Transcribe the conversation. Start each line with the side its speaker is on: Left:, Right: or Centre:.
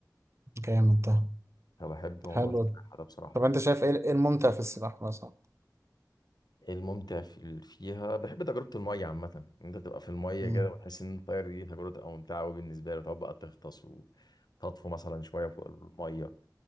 Right: جامد ده
Left: فبحب موضوع
Right: حلو
Left: السباحة ده بصراحة
Right: طب
Left: دي
Right: انت شايف ايه إيه الممتع في السباحة مثلا
Left: الممتع في ال- فيها بحب تجربة المية عامة ان انت تبقى في المية
Right: مم.
Left: كده وتحس ان انت طاير دي تجربة تبقى ممتعة قوي بالنسبة لي تقعد بقى تغطس وتطفو مثلا شوية فوق المية